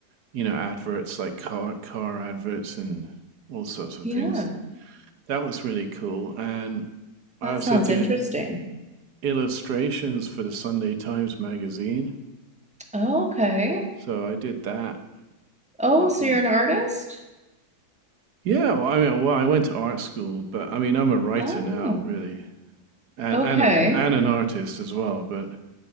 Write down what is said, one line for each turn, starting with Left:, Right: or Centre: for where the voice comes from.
Right: you know, adverts like car car adverts and all sorts of
Centre: Yeah,
Right: things. That was really cool. And I
Centre: that
Right: also
Centre: sounds
Right: did
Centre: interesting.
Right: illustrations for the Sunday Times magazine.
Centre: Okay.
Right: So I did that
Centre: Oh,
Right: a few.
Centre: so you're an artist?
Right: Yeah, well, I mean, well, I went to art school, but I mean, I'm a writer
Centre: Oh,
Right: now, really, and
Centre: okay.
Right: and a- and an artist as well. But